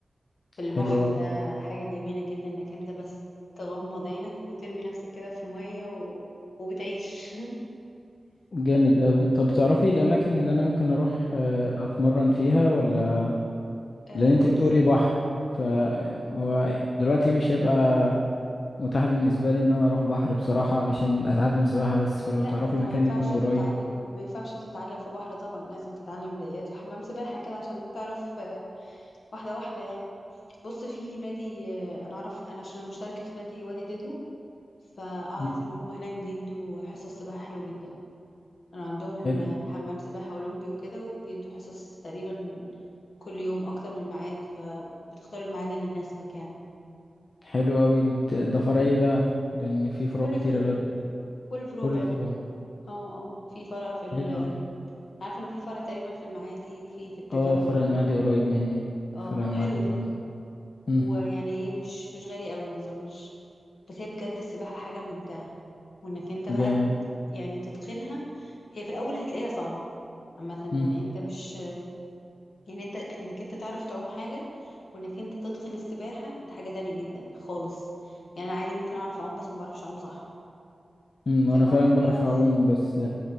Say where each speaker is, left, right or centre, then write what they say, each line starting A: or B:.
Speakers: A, on the left; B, on the left.
A: في البحر
B: حلو أوي
A: ده حاجه جميله جدا انك انت بس تغمض عينك وترمي نفسك كده في الميه و... وتعيش
B: جامد أوي طب تعرفي الأماكن اللي أنا ممكن أروح آه، أتمرن فيها ولا
A: <laughs> آه،
B: لان انت
A: بص
B: بتقولي بحر فهو دلوقتي مش هيبقى متاح بالنسبه لي ان انا اروح بحر بصراحه علشان اتعلم سباحه بس فلو
A: لا
B: تعرفي
A: ما انت
B: مكان
A: ما ينفعش
B: يكون قريب
A: تتعلم
B: وكده
A: ما ينفعش تتعلم في بحر طبعا لازم تتعلم بدايات في حمام سباحه كده عشان تعرف آه، واحده واحده يعني بص في نادي آه، انا اعرف انا عشان مشتركه في نادي وادي دجله فاعرف
B: مم.
A: ان هم هناك بيدوا حصص سباحة حلو جدا انا عندهم
B: حلو
A: آه، حمام سباحة اولمبي وكده وبيدوا حصص تقريبا كل يوم اكتر من ميعاد فبتختار الميعاد اللي يناسبك يعني
B: حلو قوي انت ده فرع ايه بقى لان في فروع
A: في كل
B: كتير
A: الفروع
B: الواد ده
A: كل الفروع
B: كل
A: بيعملوا
B: الفروع
A: اه اه في فرع في ال
B: حلو
A: آم،
B: أوي.
A: عارفة انه في فرع تقريبا في المعادي وفي في التجمع
B: اه فرع المعادي قريب مني
A: اه
B: فرع المعادي
A: حلو
B: قريب
A: ده
B: مني. مم.
A: ويعني ايه مش مش غالي قوي ما اظنش بس هي بجد السباحة حاجة ممتعة وانك انت بقى
B: جامد
A: يعني تتقنها هي في الاول هتلاقيها صعبة عامة لان
B: مم.
A: انت مش يعني انت انك انت تعرف تعوم حاجة وانك انت تتقن السباحة ده حاجة تانية جدا خالص يعني انا عادي ممكن اعرف اعوم بس ما بعرفش اعوم صح
B: مم. وانا
A: زي ما
B: فعلا
A: واحد بيعرف
B: بعرف اعوم بس